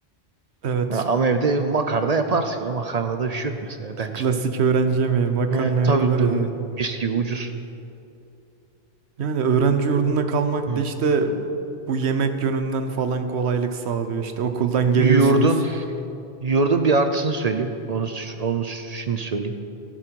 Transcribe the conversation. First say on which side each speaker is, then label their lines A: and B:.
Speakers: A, on the right; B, on the right.
A: Evet.
B: Ya ama evde makarna yaparsın ya. Makarnada bir şey yok mesela bence.
A: Klasik öğrenci yemeği, makarna
B: Evet,
A: yapılır
B: tabii bu
A: ya.
B: mis gibi ucuz.
A: Yani öğrenci yurdunda kalmak
B: Hı.
A: da işte bu yemek yönünden falan kolaylık sağlıyor. İşte okuldan geliyorsunuz.
B: Yoğurdun, yoğurdun bir artısını söyleyeyim. Onu onu şimdi söyleyeyim.